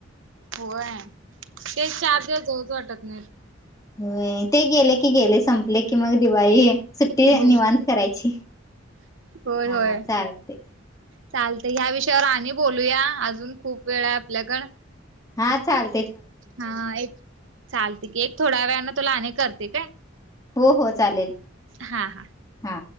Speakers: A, on the right; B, on the left.
A: होय ते चार दिवस जाऊच वाटत नाही
B: हो ते गेले की गेले संपले की मग दिवाळी सुट्टी
A: हो
B: निवांत करायची
A: होय
B: हा
A: होय
B: चालते
A: चालत ह्या विषयावर आणि बोलूया अजून खूप वेळ आहे आपल्याकड
B: हा चाल
A: हा एक चालते की एक थोड्या वेळने तुला अने करते काय
B: हो हो चालेल
A: हा हा
B: हा